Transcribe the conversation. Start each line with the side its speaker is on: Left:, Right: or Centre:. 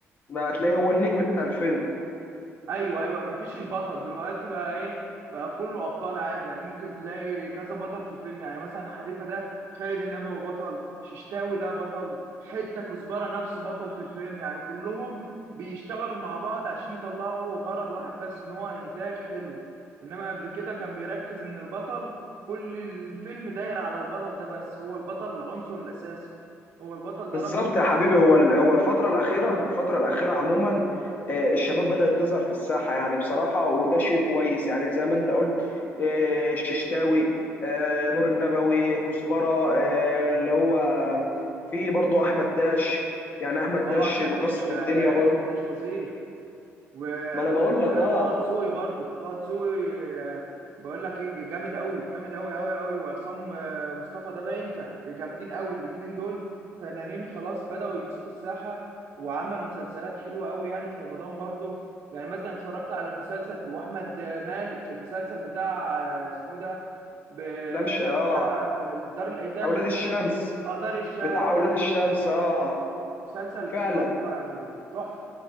Left: ما هتلاقي هو النجم بتاع الفيلم
Right: ايوه ايوه ما فيش البطل دلوقتي بقى ايه بقى كله ابطال عادي يعني ممكن تلاقي كذا بطل في الفيلم يعني مثلا حريفه ده خالد النبوي هو بطل ششتاوي ده بطل حته كزبره نفسه بطل في الفيلم يعني كلهم بيشتغلوا مع بعض عشان يطلعوا غرض واحد بس ان هو انتاج حلو انما قبل كده كان بيركز ان البطل كل الفيلم داير على البطل ده بس هو البطل العنصر الاساسي هو البطل ده
Left: بالظبط
Right: رقم واحد
Left: يا حبيبي
Right: والباقي
Left: هو ال- هو الفترة الأخيرة الفترة الأخيرة عموما آه، الشباب بدأت تظهر في الساحة يعني بصراحة وده شيء كويس يعني زي ما أنت قلت آه، الششتاوي آه، نور النبوي كزبرة آه، اللي هو في برضه أحمد داش يعني أحمد
Right: اه
Left: داش
Right: احمد
Left: مكسر
Right: داش
Left: الدنيا
Right: حلو
Left: برضه
Right: احمد داش فظيع وطه
Left: ما أنا بقول لك أه
Right: دسوقي برضو طه دسوقي آه، بقول لك ايه جامد قوي جامد قوي قوي قوي وعصام آه، مصطفى ده باين كان جامدين قوي الاثنين دول فنانين خلاص بدأوا يمسكوا الساحة وعملوا مسلسلات حلوة قوي يعني في رمضان برضو يعني مثلا اتفرجت على المسلسل واحمد مالك المسلسل بتاع آه، اسمه ايه ده ب-
Left: لا مش أه
Right: بتاع آه، دار الايتام
Left: أولاد
Right: ده اللي
Left: الشمس
Right: اه دار الشام
Left: بتاع أولاد الشمس أه
Right: مسلسل
Left: فعلا
Right: بصراحة يعني تحفة